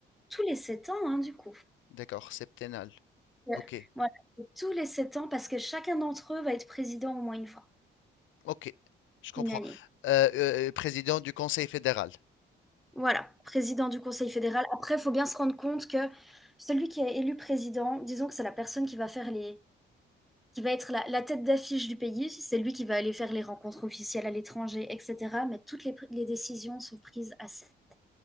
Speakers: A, in the centre; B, on the left (about 75°).
A: tous les sept ans, hein, du coup.
B: d'accord, septennal.
A: Euh,
B: Ok,
A: Voilà, tous les sept ans, parce que chacun d'entre eux va être président au moins une fois,
B: ok, je comprends.
A: une année.
B: Euh, euh, président du Conseil fédéral.
A: Voilà, président du Conseil fédéral. Après, il faut bien se rendre compte que celui qui est élu président, disons que c'est la personne qui va faire les, qui va être la, la tête d'affiche du pays, c'est lui qui va aller faire les rencontres officielles à l'étranger, etc. Mais toutes les, pr- les décisions sont prises à sept.